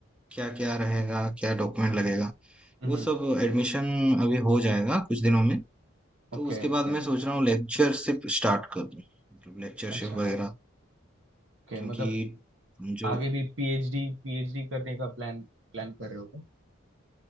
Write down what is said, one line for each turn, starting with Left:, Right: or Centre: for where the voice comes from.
Centre: क्या क्या रहेगा क्या डॉक्यूमेंट लगेगा
Right: हम्म
Centre: वो सब एडमिशन अभी हो जाएगा कुछ दिनों में तो
Right: Okay
Centre: उसके
Right: okay
Centre: बाद मैं सोच रहा हूँ लेक्चरशिप स्टार्ट कर दूँ मतलब लेक्चरशिप
Right: अच्छा
Centre: वगैरह
Right: ओके
Centre: क्योंकि
Right: मतलब
Centre: जो
Right: आगे भी पीएचडी पीएचडी करने का प्लान प्लान कर रहे हो क्या?